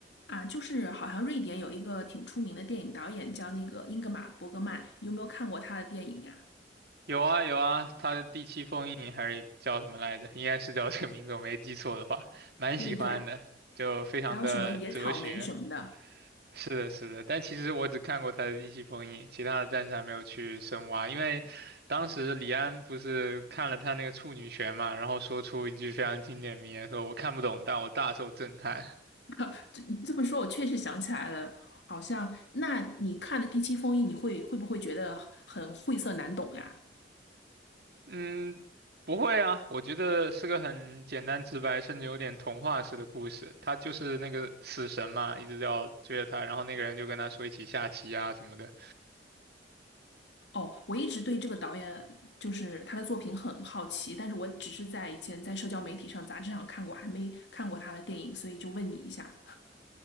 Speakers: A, on the left (about 70°); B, on the right (about 60°).
A: 啊，就是好像瑞典有一个挺出名的电影导演叫那个英格玛·伯格曼，你有没有看过他的电影呀？
B: 有啊有啊，他的第七封印还是叫什么来着？应该是叫这个名字，我没记错的话，蛮喜欢的，
A: 对对对，
B: 就非常的哲学。
A: 还有什么《野草莓》什么的。
B: 是的，是的，但其实我只看过他的第七封印，其他的暂时还没有去深挖，因为当时李安不是看了他那个处女泉嘛，然后说出一句非常经典名言，说我看不懂，但我大受震撼。
A: <laughs> 这这么说，我确实想起来了，好像那你看的《第七封印》，你会会不会觉得很晦涩难懂呀？
B: 嗯，不会啊，我觉得是个很简单直白，甚至有点童话式的故事。他就是那个死神嘛，一直要追着他，然后那个人就跟他说一起下棋啊什么的。
A: 哦，我一直对这个导演就是他的作品很好奇，但是我只是在以前在社交媒体上、杂志上看过，还没看过他的电影，所以就问你一下，